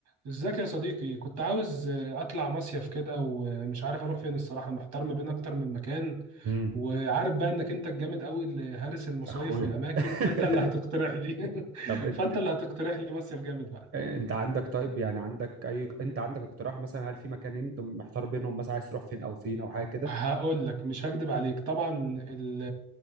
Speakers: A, on the right (about 70°); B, on the right (about 50°).
A: ازيك يا صديقي كنت عاوز آه، اطلع مصيف كده ومش عارف اروح فين الصراحه محتار ما بين اكتر من مكان
B: امم
A: وعارف بقى انك انت الجامد قوي اللي هارس المصايف
B: اخويا
A: والاماكن
B: <laughs>
A: فانت اللي هتقترح لي <laughs>
B: طب انت
A: فانت اللي هتقترح لي مصيف جامد بقى
B: انت عندك طيب يعني عندك اي انت عندك اقتراح مثلا هل في مكانين انت محتار بينهم مثلا عايز تروح فين او فين او حاجه كده
A: هقول لك مش هكدب عليك طبعا ال-